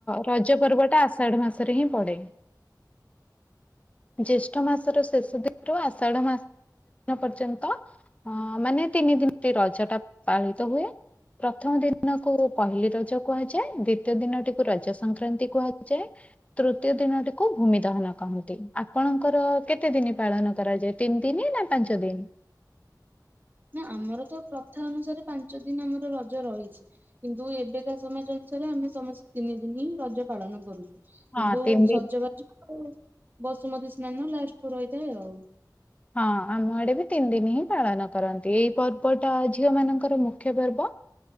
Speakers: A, on the left (about 20°); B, on the right (about 25°).
A: ରଜ ପର୍ବ ଟା ଆଷାଢ ମାସରେ ହିଁ ପଡେ। ଜ୍ୟେଷ୍ଠ ମାସ ମାସର ଶେଷ ଦିନଠୁ ଆଷାଢ ମାସ ପର୍ଯ୍ୟନ୍ତ ଅ ମାନେ ତିନି ଦିନ ରଜ ସେଟା ପାଳିତ ହୁଏ। ପ୍ରଥମ ଦିନକୁ ପହିଲି ରଜ କୁହାଯାଏ ଦ୍ଵିତୀୟ ଦିନଟିକୁ ରଜ ସଂକ୍ରାନ୍ତି କୁହାଯାଏ। ତୃତୀୟ ଦିନଟିକୁ ଭୂମି ଦହନ କହନ୍ତି ଆପଣଙ୍କର କେତେ ଦିନି ପାଳନ କରାଯାଏ। ତିନି ଦିନି ନା ପାଞ୍ଚ ଦିନ।
B: ନା ଆମର ତ ପ୍ରଥା ଅନୁସାରେ ପାଞ୍ଚ ଦିନ ଆମର ରଜ ରହିଛି। କିନ୍ତୁ ଏବେକା ସମାଜ ଅନୁସାରେ ଆମେ ସମସ୍ତେ ତିନି ଦିନି ହିଁ ରଜ ପାଳନ କରୁଛୁ। କିନ୍ତୁ
A: ହଁ ତିନି
B: ସଜବାଜ
A: ଦିନ
B: ଆଉ ବସୁମତୀ ସ୍ନାନ ଲାଷ୍ଟ କୁ ରହିଥାଏ ଆଉ।
A: ହଁ ଆମ ଆଡେ ବି ତିନି ଦିନ ହିଁ ପାଳନ କରନ୍ତି ଏଇ ପର୍ବଟା ଝିଅ ମାନଙ୍କର ମୁଖ୍ୟ ପର୍ବ